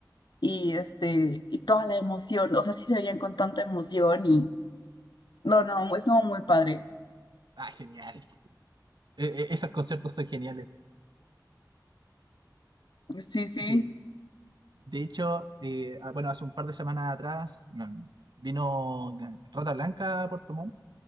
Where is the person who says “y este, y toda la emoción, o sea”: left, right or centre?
Left